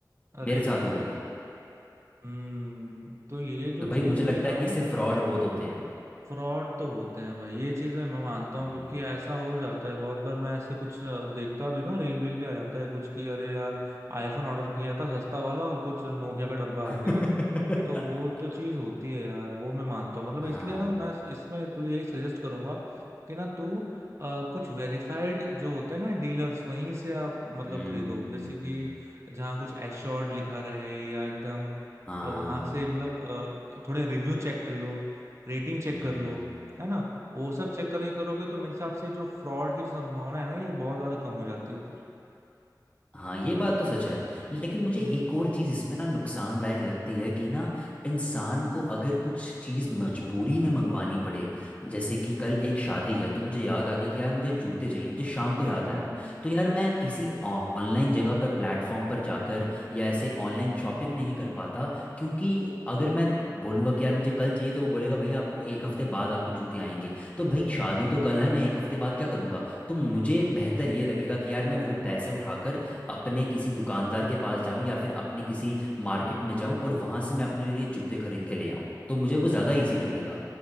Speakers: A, on the right (about 40°); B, on the left (about 20°).
A: अरे
B: मेरे साथ
A: बाप
B: हुआ ये
A: हम्म तो ये जो
B: तो भाई
A: चीज
B: मुझे
A: हुई
B: लगता
A: ना
B: है कि इससे फ्रॉड बहुत होते हैं
A: फ्रॉड तो होते हैं भाई ये चीज मैं मानता
B: हम्म।
A: हूँ क्योंकि ऐसा हो जाता है बहुत बार मैं ऐसे कुछ अ, देखता भी ना रील वील भी आ जाता है कुछ कि अरे यार आईफोन ऑर्डर किया था सस्ता वाला और कुछ नोकिया का डब्बा आ गया
B: <laughs>
A: तो वो तो चीज होती है यार वो मैं मानता हूँ मतलब
B: हाँ
A: इसलिए ना मैं इसमें तुझे यही सजेस्ट करूंगा कि ना तू अ, कुछ वेरीफाइड जो होते हैं ना डीलर्स वहीं से आप मतलब
B: हम्म
A: खरीदो जैसे कि जहाँ कुछ एश्योर्ड लिखा रहे या एकदम
B: हाँ
A: वहां से मतलब अ, थोड़े रिव्यू चेक कर लो रेटिंग चेक
B: हम्म
A: कर लो है ना वो सब चेक करके करोगे तो मेरे हिसाब से जो फ्रॉड की जो संभावना है ना ये बहुत ज्यादा कम हो जाती है फिर
B: हाँ ये बात तो सच है लेकिन मुझे
A: हम्म
B: एक और चीज़ इसमें ना नुकसानदायक लगती है कि ना इंसान को अगर कुछ चीज़ मजबूरी में मंगवानी पड़े जैसे कि कल एक शादी है तो मुझे याद आ गया कि यार मुझे जूते चाहिए मुझे शाम को याद
A: हम्म
B: आया
A: हम्म
B: तो यार मैं किसी ऑनलाइन जगह पर प्लेटफॉर्म पर जाकर या ऐसे ऑनलाइन शॉपिंग नहीं कर पाता क्योंकि अगर मैं बोलूँगा कि यार मुझे कल चाहिए तो वो बोलेगा भाई आपको एक हफ्ते बाद आपको जूते आएंगे तो भाई शादी तो कल है मैं एक हफ्ते बाद क्या करूँगा तो मुझे
A: हम्म
B: बेहतर ये लगेगा कि यार मैं वो पैसे उठाकर अपने किसी दुकानदार के पास जाऊं या फिर अपने किसी मार्केट में जाऊं और वहां से मैं अपने लिए जूते खरीद के ले आऊं तो मुझे वो ज़्यादा
A: हम्म
B: इजी
A: हम्म।
B: लगेगा